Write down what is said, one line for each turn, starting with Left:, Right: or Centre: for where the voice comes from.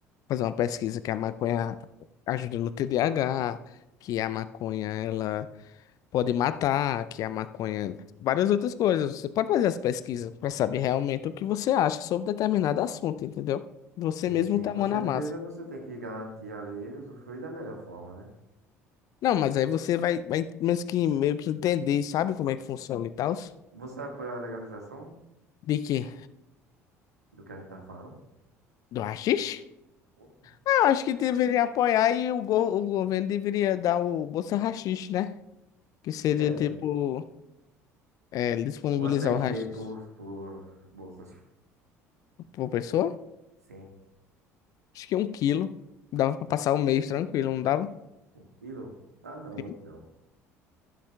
Left: fazer uma pesquisa que a maconha ajuda no TDAH, que a maconha ela pode matar, que a maconha, várias outras coisas. Você pode fazer as pesquisas para saber realmente o que você acha sobre determinado assunto, entendeu? Você
Right: Sim,
Left: mesmo
Right: sim,
Left: tá
Right: com
Left: a mão
Right: certeza
Left: na massa.
Right: você tem que garantir ali usufruir da melhor forma, né?
Left: Não, mas aí você vai, vai meio que, meio que entender, sabe como é que funciona e tal?
Right: Você apoia a legalização
Left: De quê?
Right: do que a gente tá falando?
Left: Do haxixe?
Right: <laughs>
Left: Eu acho que deveria apoiar e o, go- o governo deveria dar o Bolsa Rachixe, né? Que seria
Right: É.
Left: tipo, é, disponibilizar
Right: Quantas
Left: o rachixe
Right: G por, por bolsas?
Left: por pessoa.
Right: Sim.
Left: Acho que um quilo. Dava pra passar um mês tranquilo, não dava?
Right: Um quilo? Ah, não,
Left: Sim.
Right: muito não.